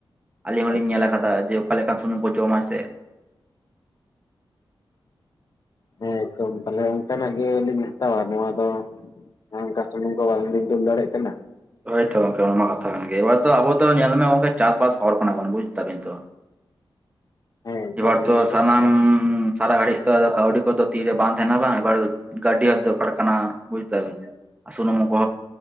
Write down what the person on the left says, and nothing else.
ᱟᱪᱪᱷᱟ
ᱟᱪᱪᱷᱟ
ᱦᱮᱸᱫᱚᱢ ᱛᱟᱦᱚᱞᱮ ᱚᱱᱠᱟᱱᱟᱜ ᱜᱮᱞᱤᱧ ᱦᱟᱛᱟᱣᱟ ᱱᱚᱣᱟ ᱫᱚ ᱚᱱᱠᱟ ᱥᱚᱢᱚᱭ ᱛᱚ ᱵᱟᱝ ᱞᱤᱧ ᱛᱩᱞ ᱫᱟᱲᱮᱜ ᱠᱟᱱᱟ
ᱦᱮᱸ ᱮᱠᱫᱚᱢ
ᱱᱚᱣᱟ ᱦᱚᱸ
ᱠᱟᱛᱷᱟ ᱠᱟᱱ